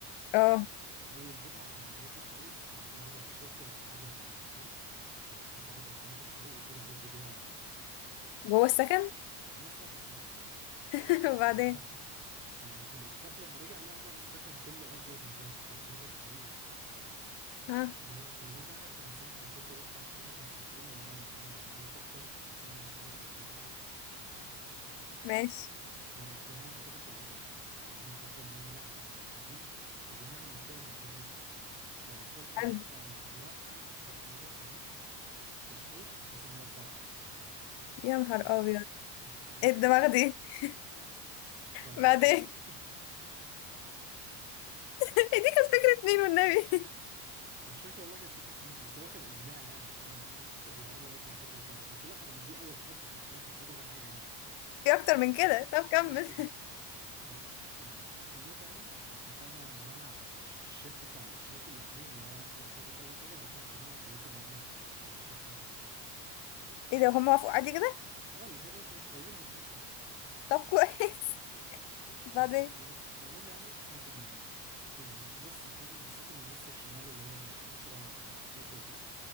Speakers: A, on the left (about 60°); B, on the right (about 20°).
A: اه
B: آه اول دفعه في المدرسه خالص كانوا مره شبطوا مع بعض وهم بيهزروا وفتحوا طفايات الحريق وطلعوا يجروا بيها ورا بعض تمام
A: جوه السكن
B: جوه السكن اه
A: <laughs>
B: <laughs>
A: وبعدين
B: تمام ف- فالاشراف لما رجع لقى بقى السكن كله ابيض ما كانش طفايات الحريق وبتاع
A: ها
B: فالمهم فالمهم يعني احنا من ساعه ما القصه دي اتحكت لنا احنا في سنه اولى وانا فاهم عمال افكر انا عايز اعمل حاجه بطفايه الحريم
A: ماشي
B: فاجتمعنا كده في الاوضه <laughs> وقعدنا نفكر نعمل ايه عشان عايزين عايزين نعمل مشكله للمشرفين فوصلنا ان
A: حلو
B: احنا نوقع طفايات الحريم في الحوش بحيث ان هي تفرقع
A: يا نهار
B: تمام
A: ابيض
B: <laughs>
A: ايه الدماغ دي <laughs>
B: ف <laughs>
A: بعدين <laughs> إيه دي كانت فكره مين والنبي <laughs>
B: مش فاكر والله كانت فكره مين بس هو كان اجماع يعني احنا قعدنا نفكر في الحوار لغايه ما وصلنا لكذا بس لا هو دي اول خطوه في الموضوع كان في كذا حاجه يعني
A: في اكتر من
B: <laughs>
A: كده طب كمل
B: في اكتر
A: <laughs>
B: تمام آه، فالمهم يعني اتفقنا مع الش- الشيفت بتاع الاشراف اللي قبليهم اللي هو هيحصل كذا كذا كذا ولكمش دعوه خليكم نايمين بعد ما الشيفت بتاعكم يخلص
A: ايه ده هم
B: اه
A: وافقوا عادي كده
B: آه، لان هم ممكن مش طايقينهم برضو
A: طب كويس <laughs> بعدين
B: آه، فالو- فالمهم يعني احنا كنا في النص التاني من السكن النص الشمال اللي هو من 10 ل 17 وكده